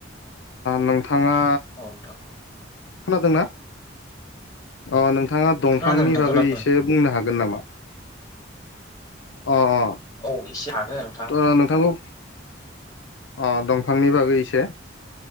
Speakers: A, on the left; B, on the left.
A: नोंथांङा
B: नोंथां
A: खोनादोंना? अ नोंथांङा दंफांनि
B: खोनादों नोंथां
A: बागै
B: खोनादों
A: एसे बुंनो हागोन नामा? अ अ
B: औ एसे हागोन नोंथां
A: आं नोंथांखौ अ दंफांनि बागै इसे